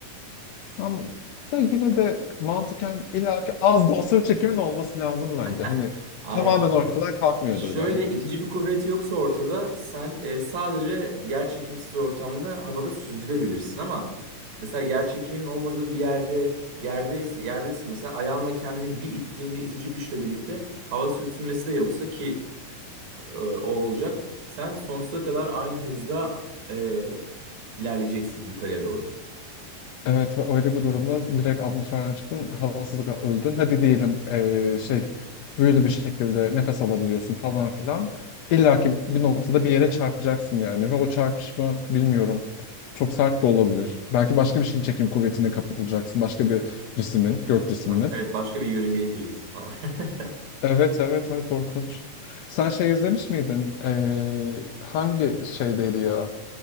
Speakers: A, on the left; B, on the right.
A: Ama da yine de mantıken illaki az da olsa bir çekimin olması lazım bence.
B: <laughs>
A: Hani
B: aynen
A: tamamen ortadan kalkmıyordur
B: Şöyle
A: bence.
B: itici bir kuvvet yoksa ortada sen e, sadece yer çekimsiz ortamda havada süzülebilirsin ama mesela yer çekiminin olmadığı bir yerde yerdeyse yerdesin mesela ayağınla kendini bir ittiğinde itici güçle birlikte hava sürtünmesi de yoksa ki e, o olacak sen sonsuza kadar aynı hızda e, ilerleyeceksin yukarıya doğru.
A: Evet ve öyle bir durumda direkt atmosferden çıktın, havasızlıkla öldün. Hadi diyelim eee, şey büyülü bir şekilde nefes alabiliyorsun falan filan. İlla ki bir noktada bir yere çarpacaksın yani ve o çarpışma bilmiyorum. Çok sert de olabilir. Belki başka bir şeyin çekim kuvvetine kapılacaksın. Başka bir cismin, gök cisminin.
B: Ba- Evet başka bir yörüngeye gireceksin falan. <laughs>
A: Evet evet ay korkunç. Sen şey izlemiş miydin? Eee, hangi şeydeydi ya?